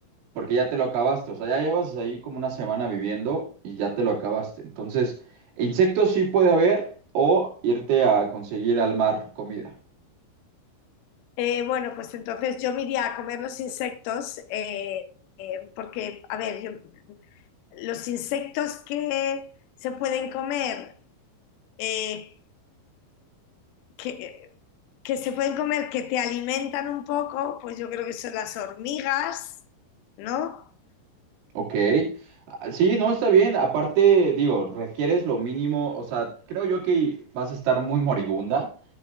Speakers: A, on the right; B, on the left.
A: porque ya te lo acabaste, o sea, ya llevas ahí como una semana viviendo y ya te lo acabaste. Entonces, insectos sí puede haber, o irte a conseguir al mar comida,
B: eh, bueno, pues entonces yo me iría a comer los insectos, eh, eh, porque, a ver, yo- los insectos que se pueden comer, eh, que, que se pueden comer, que te alimentan un poco, pues yo creo que son las hormigas, ¿no?
A: ¿ok? Ah, Sí, no, está bien, aparte, digo, requieres lo mínimo, o sea, creo yo que vas a estar muy moribunda.